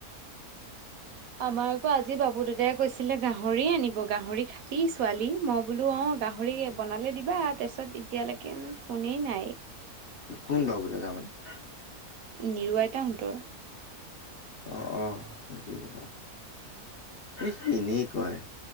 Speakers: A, on the right; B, on the left.
A: আমাৰ আকৌ আজি বাবু দেউতাই গৈছিলে গাহৰি আনিব গাহৰি। পি ছোৱালী মই বোলো অ, গাহৰি বনালে দিবা তাৰপিছত এতিয়ালৈকে ফোনেই নাই।
B: কোন বাবু দাদা তোমাৰ?
A: নিৰু আইতাহঁতৰ।
B: অ' অ' হেৰি অ' এনেই কয়।